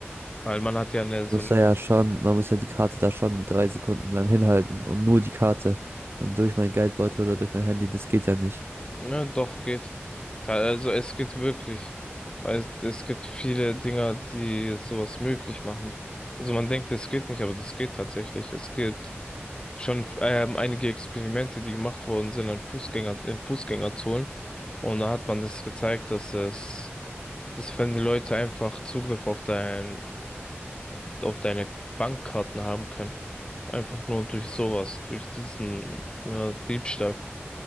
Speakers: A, on the left; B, on the right.
A: Weil man hat ja eine, so
B: Muss da ja schon, man muss ja die Karte da schon drei Sekunden lang hinhalten und nur die Karte. Und durch meinen Geldbeutel oder durch mein Handy, das geht ja nicht.
A: Ja, doch, geht. Ta- Also es geht wirklich. Weil es, es gibt viele Dinger, die sowas möglich machen. Also man denkt, es geht nicht, aber das geht tatsächlich. Es gibt schon ähm, einige Experimente, die gemacht worden sind an Fußgänger, in Fußgängerzonen. Und da hat man das gezeigt, dass es, dass wenn die Leute einfach Zugriff auf dein, auf deine Bankkarten haben können. Einfach nur durch sowas, durch diesen äh, Diebstahl.